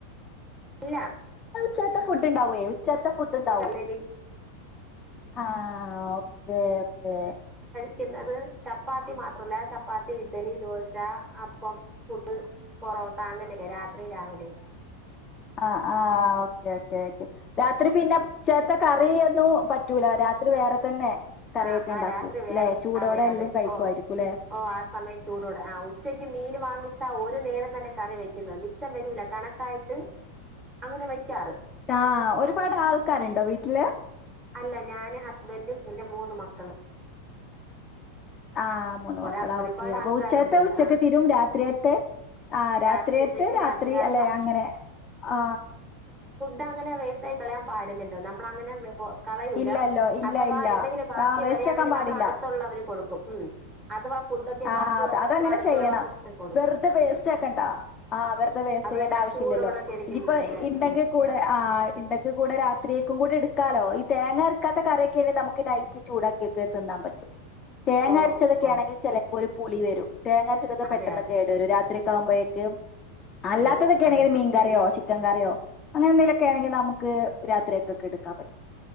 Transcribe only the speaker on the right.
ഇല്ല
ഇഡലി
ക്ക്ന്നത് ചപ്പാത്തി മാത്രല്ല ചപ്പാത്തി ഇഡ്ഡലി ദോശ അപ്പം പുട്ട് പൊറോട്ട അങ്ങനെക്കെ രാത്രിം രാവിലെം
ആ ആ
രാത്രി വേർ
അതെ
അതെ
ഓ ഓ ആ സമയം ചൂടൊടെ ആ ഉച്ചക്ക് മീൻ വാങ്ങിച്ചാ ഒ രു നേരം തന്നെ കറി വെക്കുന്നത് മിച്ചം വരൂല കണക്കായിട്ട് അങ്ങനെ വെക്കാറ്
അല്ല ഞാന് ഹസ്ബൻറും എൻ്റെ മൂന്ന് മക്കളും
ഒരാ
ഒരുപാട്
ആൾക്കാരൊന്നുമില്ല
ആ
രാത്രിത്തേക്ക്
ആ
സമയം
ഡങ്ങനെ വെയ്സായി കളയാൻ പാടില്ലല്ലോ നമ്മളങ്ങനെ <unintelligible> കളയൂല
അഥവാ
എന്തെങ്കിലും ബാക്കി
വരിയാണെങ്കി
നമ്മള് അടുത്തുള്ളവര് കൊടുക്കും ഉം അഥവാ ഫുഡൊക്കെ
ബാക്കി
വന്ന
അടുത്തുള്ളവർക്ക്
കൊടുക്കും
ഉം
അത്
തന്നെ ആ ചൂടോടൊക്കെ
ഇരിക്കുന്നതല്ലേ
ഉം
ഓ
ഓ ഓ
അതെ അതെ
ഉം അതെ അതെ